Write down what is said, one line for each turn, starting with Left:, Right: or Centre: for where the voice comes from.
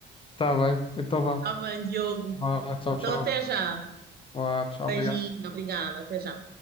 Left: Tá bem, então vá.
Right: Está bem, Diogo.
Left: Vá, tchau,
Right: Então,
Left: tchau.
Right: até já.
Left: Vá, tchau,
Right: Beijinho,
Left: obrigado.
Right: obrigada, até já.